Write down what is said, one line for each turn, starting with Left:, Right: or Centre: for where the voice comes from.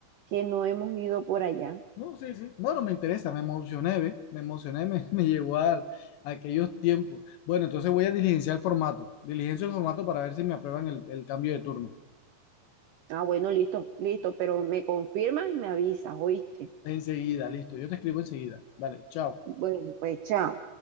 Right: que no hemos ido por allá.
Left: No, sí, sí. Bueno, me interesa, me emocioné, ¿ve? Me emocioné, me, <laughs> me llevó a, a aquellos tiempos. Bueno, entonces voy a diligenciar el formato. Diligencio el formato para ver si me aprueban el, el cambio de turno.
Right: Ah, bueno, listo, listo, pero me confirmas y me avisas, ¿oíste?
Left: Enseguida, listo. Yo te escribo enseguida. Vale, chao.
Right: Bueno, pues chao.